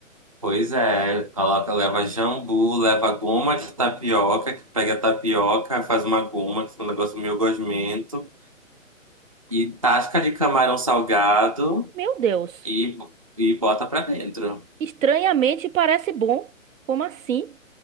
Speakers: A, on the right; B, on the right.
A: pois é. Coloca, leva jambu, leva goma de tapioca, que pega a tapioca, faz uma goma, que é um negócio meio gosmento. E tasca de camarão salgado
B: Meu Deus.
A: e, e bota pra dentro.
B: Estranhamente parece bom. Como assim?